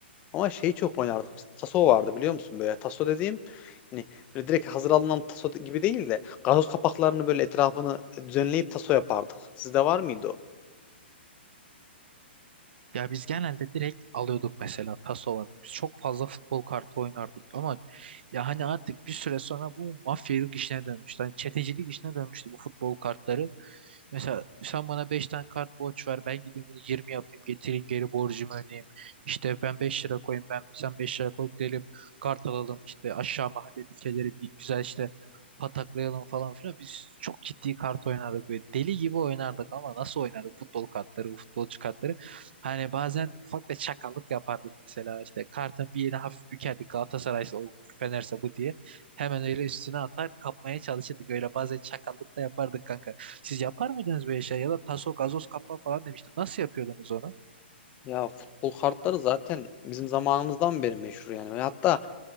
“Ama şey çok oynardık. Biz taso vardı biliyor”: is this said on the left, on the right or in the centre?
Left